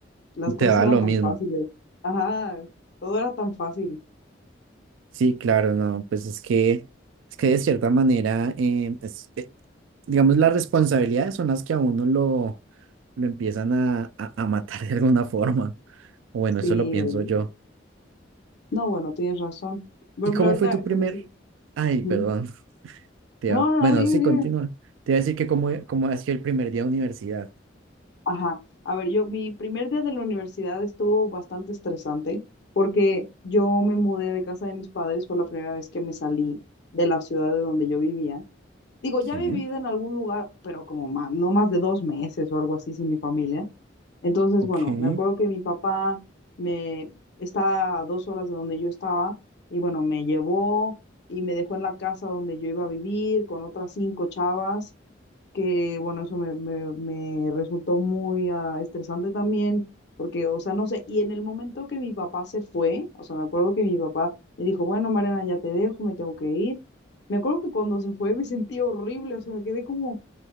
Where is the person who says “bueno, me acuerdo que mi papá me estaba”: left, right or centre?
Left